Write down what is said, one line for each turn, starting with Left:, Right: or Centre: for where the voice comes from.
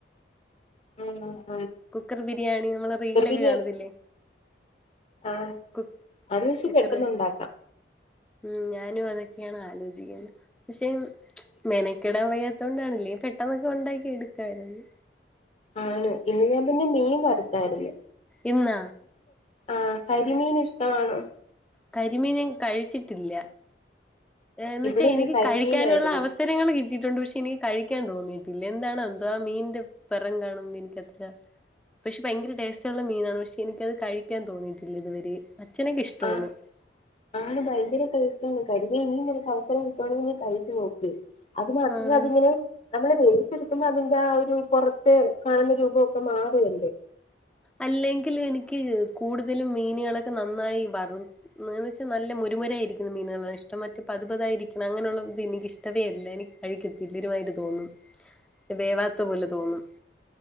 Left: ഉം
Centre: കുക്കർ ബിരിയാണി നമ്മൾ റീലിലൊക്കെ
Left: ബിരിയാണി
Centre: കാണത്തില്ലേ
Left: ആ
Centre: കു
Left: അത് വച്ചി
Centre: കുക്കർ
Left: പെട്ടെന്നുണ്ടാക്കാം
Centre: ഉം ഞാനും അതൊക്കെയാണ് ആലോചിക്കുന്നത് പക്ഷെ മെനക്കെടാൻ വയ കൊണ്ടാണല്ലേ പെട്ടെന്നൊക്കെ ഉണ്ടാക്കി എടുക്കായിരുന്നു
Left: ആണോ ഇന്ന് ഞാൻ പിന്നെ മീൻ വറത്തായിരുന്നു
Centre: ഉന്ന
Left: ആഹ കരിമീൻ ഇഷ്ടമാണോ
Centre: കരിമീനും കഴിച്ചിട്ടില്ല ന്ന്
Left: ഇവിടെ
Centre: വച്ചാ എനിക്ക്
Left: ഇന്ന് കരിമീനായിരുന്നു
Centre: കഴിക്കാനുള്ള അവസരങ്ങൾ കിട്ടിയിട്ടുണ്ട് പക്ഷെ എനിക്ക് കഴി കിക്കാൻ തോന്നീയിട്ടില്ല എന്താണ്എന്തോ ആ മീന്റെ പിറം കാണും എനിക്ക പക്ഷെ ഭയങ്കര ടേസ്റ്റ ഉുള്ള മീനാണ് പക്ഷെ എനിക്കത് കഴിക്കാൻ തോന്നിയിട്ടില്ല ഇതുവരെ അച്ഛനൊക്കെ ഇഷ്ടമാണ്
Left: ആഹ ആണ വൈദ്യരെ കഴസ കരുതി ഇനി നിനക്ക്സം കിട്ടുകവാെങ്ക കഴിച്ച നോക്കേ അത് മാത്രം
Centre: ആഹ്
Left: അതിങ്ങനെ നമ്മള ടുക്ക്പോ അതിന്റെ ആ ഒരു പൊറത്ത് കാണുന്ന രൂപമൊക്കെ മാറെല
Centre: അല്ലെങ്കും എനിക്ക് കൂടുതലും മീനുകളൊക്കെ നന്നായി വന്ന് വെച്ചാ നല്ല ഒരു മുര ആയിരിക്കുന്ന മീനുകളാണ് ഇഷ്ടം മറ്റ പത്പതായിരിക്കണം അങ്ങനെയുള്ളത് എനിക്ക ഇഷ്ടേ അല്ല എനിക്ക് കഴിക്കത്തില്ല ഒരു എ തോന്നും
Left: ഉ
Centre: വേവാത്ത പോലെ തോന്നും